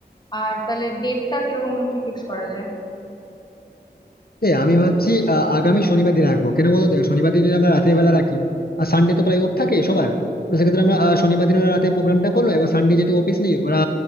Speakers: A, on the left; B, on the left.
A: আর তাহলে ডেটটা কিরকম কি ফিক্স করা যায়
B: এই আমি ভাবছি আহ, আগামী শনিবার দিন রাখবো কেন বলতো দেখ শনিবার দিন যদি আমরা রাতের বেলা রাখি আর সানডে তো প্রায় অফ থাকে সবার তো সেক্ষেত্রে আমরা আহ, শনিবার দিন ওরা রাতে প্রোগ্রামটা করলো এবং সানডে যেহেতু অফিস নেই ওরা